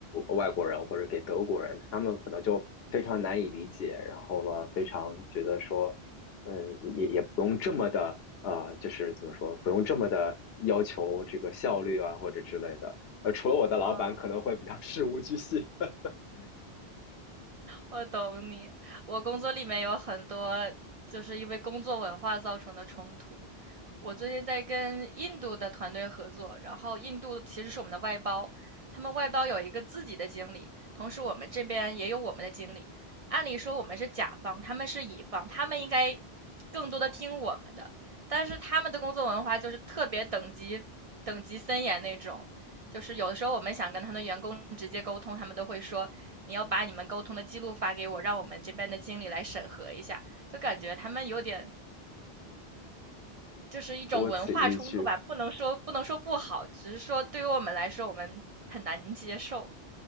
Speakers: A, on the left; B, on the right.
A: 外国人或者给德国人，他们可能就非常难以理解，然后了非常觉得说。嗯，也也不用这么的呃，就是怎么说，不用这么的要求这个效率啊，或者之类的。呃，除了我的老板可能会比较
B: 嗯，
A: <laughs> 事无巨细，<laughs>
B: 我懂你，我工作里面有很多就是因为工作文化造成的冲突，我最近在跟印度的团队合作，然后印度其实是我们的外包，他们外包有一个自己的经理，同时我们这边也有我们的经理。按理说我们是甲方，他们是乙方，他们应该更多的听我们的，但是他们的工作文化就是特别等级等级森严那种，就是有的时候我们想跟他们的员工直接沟通，他们都会说你要把你们沟通的记录发给我，让我们这边的经理来审核一下，就感觉他们有点。就是一种文化冲突吧，
A: 多此一举。
B: 不能说不能说不好，只是说对于我们来说，我们很难接受。